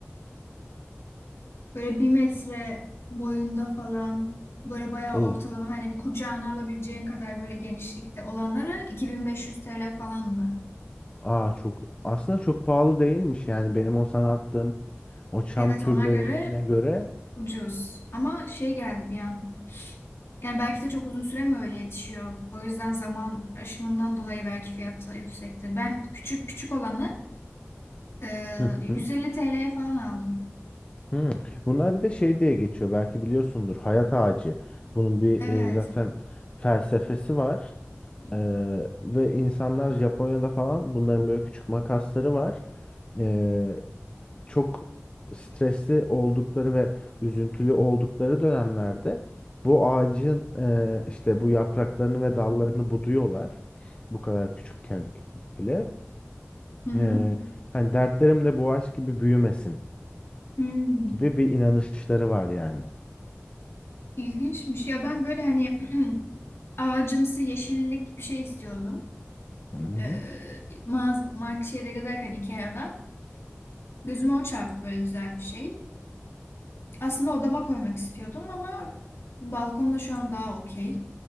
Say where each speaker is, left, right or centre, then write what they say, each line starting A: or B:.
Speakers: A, on the left; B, on the left.
A: Böyle bir metre boyunda falan böyle bayağı
B: Oo.
A: ortalama hani bir kucağına alabileceğin kadar böyle genişlikte olanları 2500 TL falandı.
B: Aa çok aslında çok pahalı değilmiş yani benim o sana attığım o çam
A: Evet
B: türlerine
A: ona göre
B: göre
A: Ucuz. Ama şey geldi bir an. Yani belki de çok uzun süre mi öyle yetişiyor? O yüzden zaman aşımından dolayı belki fiyatı da yüksektir. Ben küçük küçük olanı e,
B: Hı
A: 150 TL'ye falan aldım.
B: Hmm. Bunlar bir de şey diye geçiyor. Belki biliyorsundur. Hayat ağacı. Bunun bir
A: Evet.
B: e, zaten felsefesi var.
A: Hı
B: Ee, ve insanlar Japonya'da falan bunların böyle küçük makasları var. Ee, çok stresli oldukları ve üzüntülü oldukları dönemlerde bu ağacın e, işte bu yapraklarını ve dallarını buduyorlar. Bu kadar küçükken bile.
A: hı.
B: Ee, hani dertlerim de bu ağaç gibi büyümesin
A: Hmm,
B: gibi bir inanışları var yani.
A: ilginçmiş. Ya ben böyle hani <clears throat> ağacımsı yeşillik bir şey istiyordum.
B: Hı hı.
A: Ee, mağaz mark şeyde gezerken Ikea'da. Gözüme o çarptı böyle güzel bir şey. Aslında odama koymak istiyordum ama balkonda şu an daha okey.